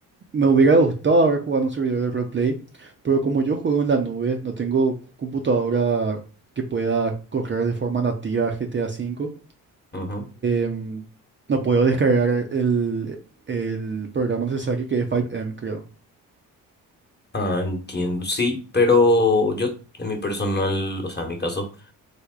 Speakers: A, on the right; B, on the left.
A: Me hubiera gustado haber jugado en un servidor de roleplay, pero como yo juego en la nube, no tengo computadora que pueda correr de forma nativa GTA V,
B: Ujú.
A: em, no puedo descargar el, el programa necesario que es 5M, creo.
B: Ah, entiendo, sí, pero yo en mi personal, o sea, en mi caso...